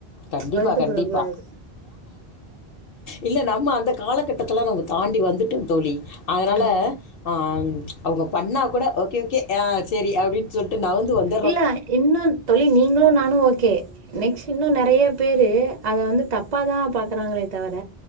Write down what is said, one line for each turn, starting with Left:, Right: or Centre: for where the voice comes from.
Left: கண்டிப்பா,
Right: வருத்தப்படக்கூடாது
Left: கண்டிப்பா. இல்ல நம்ம அந்த கால கட்டத்துல நம்ம தாண்டி வந்துட்டோ தோழி அதனால
Right: ஆமா
Left: ஆ அவுங்க பண்ணா கூட ஓகே ஓகே ஆ செரி அப்டின்னு சொல்ட்டு நவுந்து வந்
Right: இல்ல இன்னு தோழி நீங்களு நானு ஓகே நெக்ஸ்ட் இன்னு நெறைய பேரு அத வந்து தப்பா தா பாக்குறாங்களே தவிர